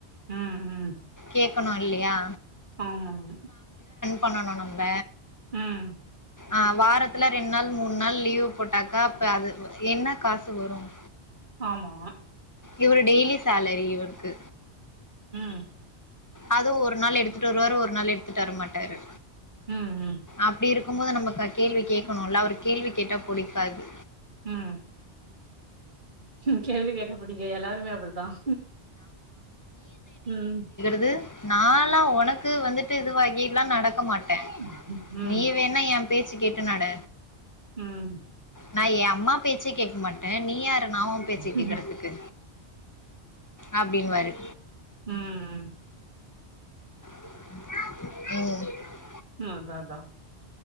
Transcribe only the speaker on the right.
உம் உம்
ஆமாங்க
உம்
ஆமா
உம்
ம் ம்
உம் க்குங் கேள்வி கேட்டா பிடிக்க எல்லாருமே அப்பிடித்தான் உம்
ம்
ம்
ம்
உம்
அதான் அதான்